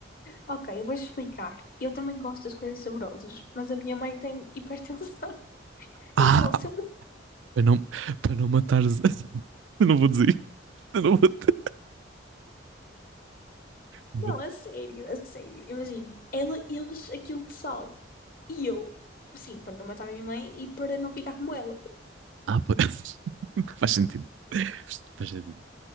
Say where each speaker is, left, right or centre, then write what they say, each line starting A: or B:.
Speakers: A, on the left; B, on the right.
A: Ok, eu vou explicar. Eu também gosto das coisas saborosas, mas a minha mãe tem hipertensão.
B: Ah,
A: Então, sendo...
B: para não, para não matar. <laughs> Eu não vou dizer isto, eu não vou dizer. Vou
A: Não, é sério, é sério. Imagina, ela, eles aquilo de sal. E eu, sim, para não matar a minha mãe e para não ficar como ela.
B: Ah, pa- <laughs> Faz sentido. Faz sentido.